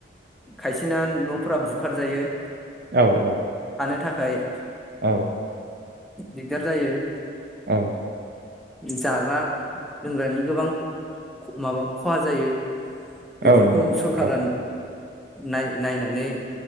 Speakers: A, in the centre; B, on the right.
A: खायसेना न'फोरा बुखारजायो
B: औ औ
A: नि थाखाय
B: औ
A: दिगदार जायो
B: औ
A: जाग्रा लोंग्रानि गोबां माबा खहा जायो बेफोरखौ
B: औ नंगौ नोंथां
A: सरखारा
B: औ
A: नाय नायनानै